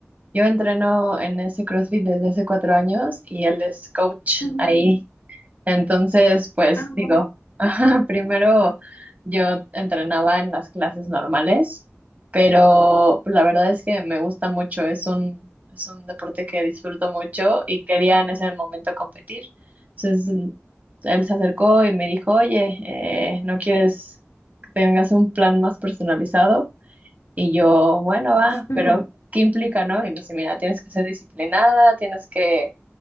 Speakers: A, on the right (about 35°); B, on the left (about 65°).
A: Yo entreno en ese CrossFit desde hace cuatro años y él es coach
B: Ujú.
A: ahí. Entonces, pues
B: Ah, wow.
A: digo, <laughs> ajá, primero yo entrenaba en las clases normales, pero pues, la verdad es que me gusta mucho, es un, es un deporte que disfruto mucho y quería en ese momento competir. Entonces, mm, él se acercó y me dijo, oye, eh, ¿no quieres que tengas un plan más personalizado? Y yo, bueno, va,
B: Ujú.
A: pero ¿qué implica, no? Y me dice, mira, tienes que ser disciplinada, tienes que